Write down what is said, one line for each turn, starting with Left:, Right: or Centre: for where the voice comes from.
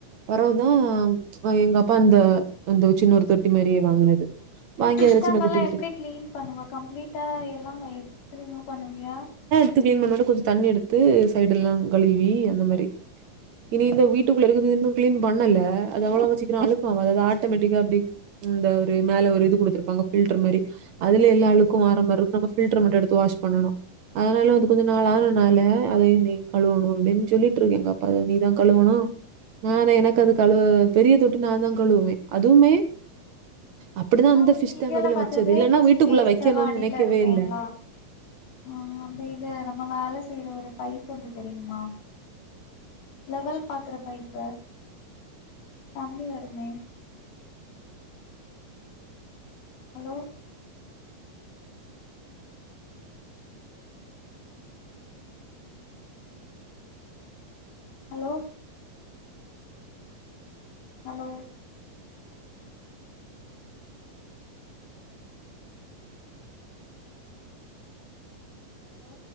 Right: பெரவதான் எங்க அப்பா அந்த அந்த சின்ன ஒரு தொட்டி மாதிரியே வாங்குனது வாங்கி
Left: சிஸ்டம்
Right: அதுல சின்ன
Left: எல்லாம்
Right: குட்டி குட்டி
Left: எப்படி கிளீன் பண்ணுவ கம்ப்ளீட்டா எல்லாம் எடுத்துட்டு ரிமுவ் பண்ணுவியா
Right: த்து கிளின் பண்ணுனோனே கொஞ்சம் தண்ணி எடுத்து சைடு எல்லாம் கழுவி அந்த மாதிரி இனி இந்த வீட்டுக்குள்ள இருக்குது இன்னும் கிளீன் பண்ணல அது அவ்வளவு சிக்கிறம் அழுக்கும் ஆவாது ஆட்டோமேட்டிக்கா அப்படி இந்த ஒரு மேல ஒரு இது கொடுத்துருப்பாங்க பில்டர் மாதிரி அதுல எல்லா அழுக்கும் வர மாதிரி இருக்கும் நாம பில்டர் மட்டும் எடுத்து வாஷ் பண்ணணும் அதனால வந்து கொஞ்ச நாள் அதனால அதை நீ கழுவனும் அப்படின்னு சொல்லிட்டு இருந்தேன் எங்க அப்பா அதை நீதான் கழுவனும் நானே எனக்கு அது கழுவ பெரிய தொட்டி நான் தான் கழுவுவேன் அதுவுமே அப்டிதான் அந்த
Left: ம்
Right: ஃபிஷ்
Left: வீடியலப்
Right: டேங்க் அதுல
Left: பாத்தது
Right: வச்சது. இல்லன்னா
Left: ஃபிஷு
Right: வீட்டுக்குள்ள
Left: வேஸ்ட்
Right: வைக்கணும்னு
Left: எல்லா அடில
Right: நெனைக்கவே
Left: இருக்குல்லா
Right: இல்ல.
Left: ஆ அந்த இது நம்ம வேல செய்ற ஒருப் பைப்பு ஒண்டு தெரியுமா லெவல் பாக்கற பைப்ப தண்ணி வருமே ஹலோ ஹலோ ஹலோ ஹலோ